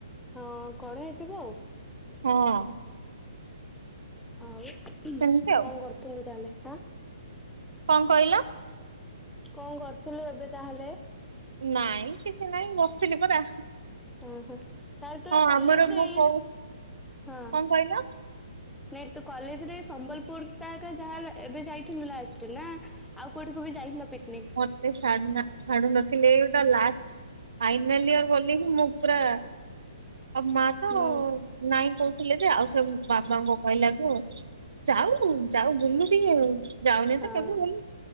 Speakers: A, in the centre; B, on the right (about 60°).
A: ହଁ, କଣ ହେଇଥିବ ଆଉ?
B: ହଁ ଅ।
A: ଆଉ, କଣ
B: ସେମିତି ଆଉ
A: କରୁଥିଲ ତାହେଲେ? ଆଁ
B: କଣ କହିଲ?
A: କଣ କରୁଥିଲୁ ଏବେ ତାହେଲେ?
B: ନାଇଁ କିଛି ନାଇଁ, ବସିଥିଲି ପରା।
A: ଓ ହୋ, ତାହାଲେ ତୁ
B: ହଁ
A: ଏ କଲେଜରେ
B: ଆମର ମୁଁ
A: ଏଇ
B: କୋଉ କଣ କହିଲ
A: ନାଇଁ ତୁ କଲେଜରେ ସମ୍ବଲପୁର ଟ ଯାହା ଏବେ ଯାଇଥିଲୁ ଲାଷ୍ଟ ନା ଆଉ କୋଉଠିକୁ ବି ଯାଇଥିଲ ପିକ୍ନିକ୍?
B: ସେ ସ୍ୟାଡୁନା, ଛାଡୁ ନଥିଲେ ଏଟା ଲଷ୍ଟ ଫାଇନାଲ୍ ଇୟର ବୋଲି ହିଁ ମୁଁ ପୁରା ଆଉ ମା ତ
A: ହୁଁ
B: ନାଇଁ କହୁଥିଲେ ଯେ ଆଉ ସେ ବାବାଙ୍କ କହିଲାକୁ ଯାଉ, ଯାଉ ବୁଲୁ ଟିକେ ଯାଉନି
A: ହଁ
B: ତ କେବେ ମୁଁ